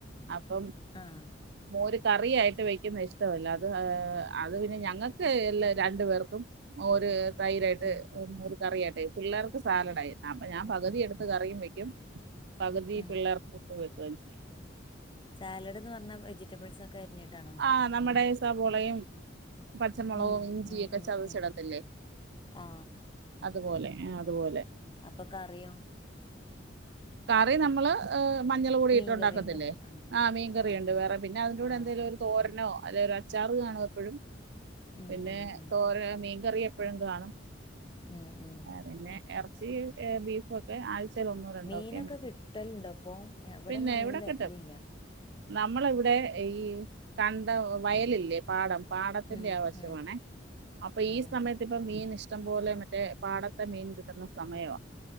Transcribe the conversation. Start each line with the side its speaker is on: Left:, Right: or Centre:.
Right: അപ്പം
Left: ആഹ്
Right: മോര് കറി ആയിട്ട് വയ്ക്കുന്ന ഇഷ്ടമല്ല അത് അത് പിന്നെ ഞങ്ങൾക്ക് എല്ല രണ്ടു പേർക്കും. ഓര് തൈരായിട്ട്
Left: ഉം ഉം
Right: ഒരു കറിയായിട്ട് പിള്ളേർക്ക് സാലഡായി അപ്പൊ ഞാൻ പകുതിയെടുത്ത് കറിയും വെക്കും. പകുതി
Left: ഉം
Right: പിള്ളേർക്ക് വെക്കും ചെയ്യും.
Left: സാലഡ് എന്ന് പറഞ്ഞാ വെജിറ്റബിൾസ് ഒക്കെ അരിഞ്ഞിട്ടാണോ?
Right: ആഹ് നമ്മുടെ സവോളയും പച്ചമുളകവും
Left: ഉം
Right: ഇഞ്ചിയൊക്കെ
Left: ഉം ഉം
Right: ചതച്ചിടത്തില്ലേ.
Left: ഉം ആ
Right: അതുപോലെ ആഹ് അതുപോലെ
Left: അപ്പ കറിയോ?
Right: കറി നമ്മള് ഏഹ് മഞ്ഞള് പൊടി
Left: മീൻ
Right: ഇട്ട് ഒണ്ടാക്കത്തില്ലേ
Left: കറി ഉണ്ടല്ലോ ആ
Right: ആഹ് മീൻകറിയൊണ്ട്
Left: ആ
Right: വേറെ പിന്നെ അതിൻ്റൂടെ
Left: ആ ആ
Right: എന്തേലും ഒരു തോരനോ അതെ ഒരാ ച്ചാറ് കാണും എപ്പഴും
Left: ഉം
Right: പിന്നെ
Left: ഉം ഉം
Right: തോരൻ, മീൻകറി എപ്പഴും കാണും
Left: ഉം ഉം
Right: പിന്നെ എർച്ചി ഏഹ് ബീഫും ഒക്കെ ആഴ്ച്ചേൽ ഒന്നോ രണ്ടോ
Left: മീനൊക്കെ
Right: ഒക്കെ
Left: കിട്ടലുണ്ട് അപ്പൊ ഇവിടെ
Right: പിന്നെ
Left: ഒന്നും മീൻ
Right: ഇവിട
Left: വരലില്ല
Right: കിട്ടും. നമ്മള ഇവിടെ ഈ കണ്ടം വയലില്ലേ പാടം പാടത്തിന്റെ
Left: ഉം
Right: ആവശമാണെ.
Left: ഉം
Right: അപ്പൊ
Left: ഉം
Right: ഈ സമയത്ത് ത്ത് ഇപ്പം മീൻ ഇഷ്ടം പോലെ മറ്റേ പാടത്തെ മീൻ കിട്ടുന്ന സമയാ